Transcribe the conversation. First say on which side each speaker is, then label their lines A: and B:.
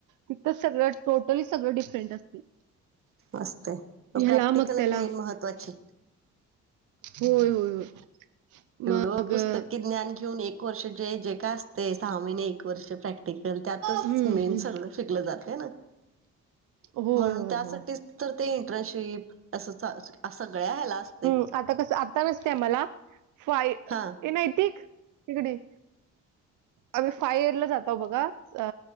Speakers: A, on the right; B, on the right.
A: तिथं सगळं टोटली सगळी डिफरेंट असते.
B: असतंय, मग
A: ह्याला
B: प्रॅक्टिकलच
A: त्याला
B: मेन महत्वाची.
A: होय होय होय.
B: एवढं
A: मग
B: पुस्तकी
A: अ,
B: ज्ञान घेऊन एक वर्ष जे जे काय असतंय सहा महिने एक वर्ष प्रॅक् ते केल त्यातच
A: हम्म
B: मेन
A: हम्म
B: सगळं शिकलं जातंय ना?
A: होय
B: म्हणून
A: होय
B: त्यासाठीच
A: होय
B: तर ते इंटर्नशिप अस स अ सगळ्या ह्याला असतंय.
A: हम्म आता कस आता नसते आम्हाला. फाय
B: हा
A: ए नैतिक इकडं ये. आम्ही फाय इयरला जातो बघा अ